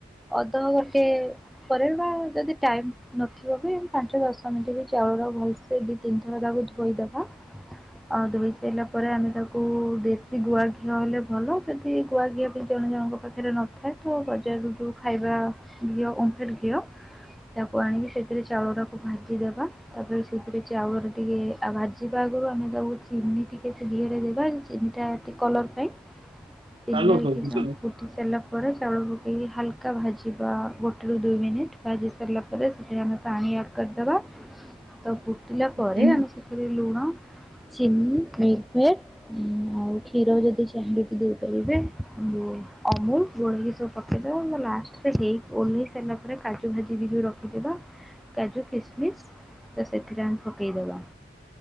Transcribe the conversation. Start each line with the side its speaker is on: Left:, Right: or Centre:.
Centre: ଅଧ ଗୋଟେ ପରେ ବା ଯଦି ଟାଇମ ନଥିବ ବି ପାଞ୍ଚ ଦଶ ମିନିଟ୍ ବି ଚାଉଳ ଟାକୁ ଭଲ ସେଇ ଦି ତିନିଥର ତାକୁ ଧୋଇଦବା, ଆଉ ଦୁଇ ଦେଇଲା ପରେ ଆମେ ତାକୁ ଦେଶୀ ଗୁଆ ଘିଅ ହେଲେ ଭଲ, ଯଦି ଗୁଆ ଘିଅ ବି ଜଣେ ଜଣଙ୍କ ପାଖରେ ନ ନଥାଏ ତ ବଜାରରୁ ଯୋଉ ଖାଇବା ଘିଅ ଓମ୍ ଫେଡ୍ ଘିଅ ତାକୁ ଆଣିକି ସେଥିରେ ଚାଉଳଟାକୁ ଭାଜିଦେବା। ତାପରେ ସେଥିରେ ଚାଉଳରେ ଟିକେ ଭାଜିବା ଆଗରୁ ଆମେ ତାକୁ ଚିନି ଟିକେ ସେ ଘିଅ ରେ ଦେବା ଚିନିଟା ଟିକେ କଲର୍ ପାଇଁ, ଚିନିଟା
Right: ହ୍ୟାଲୋ ପଖାଳ
Centre: କିଛି ସମୟ ଫୁ ହେଇ ସାରିଲା ପରେ ଚାଉଳ ପକେଇକି ହାଲକା ଭାଜିବା ଗୋଟେରୁ ଦୁଇ ମିନିଟ୍, ଭାଜି ସାରିଲା ପରେ ସେଥିରେ ଆମେ ପାଣି ଆଡ୍ କରିଦେବା। ତ ଫୁଟିଲା ପରେ
Right: ହଁ
Centre: ଆମେ ସେଥିରେ ଲୁଣ, ଚିନି, ମିଲ୍କମେଡ୍ ଆଉ କ୍ଷୀରକୁ ଯଦି ଚାହିଁଲେ ବି ଦେଇପାରିବେ ଅମୁଲ ଗୋଳେଇକି ସବୁ ପକେଇଦେବା ଆଉ ଲାଷ୍ଟରେ ହେଇ ଓହ୍ଲେଇ ସାରିଲା ପରେ କାଜୁ ଭାଜି ଟିକେ ରଖିଥିବା କାଜୁ, କିସ୍ ମିସ୍ ତ ସେଥିରେ ଆମେ ପକେଇଦବା।